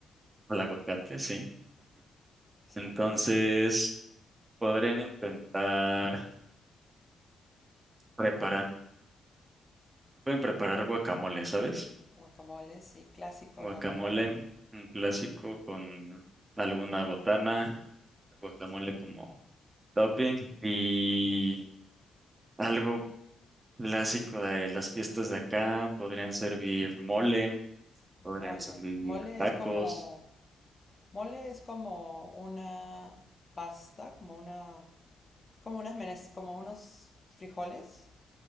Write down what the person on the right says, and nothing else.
aguacate, sí.
Entonces, podrían intentar preparar, pueden preparar guacamole, ¿sabes?
Guacamole,
un clásico con alguna botana, guacamole
como topping y... Algo Clásico de las fiestas de acá, podrían servir mole, podrían
servir
tacos,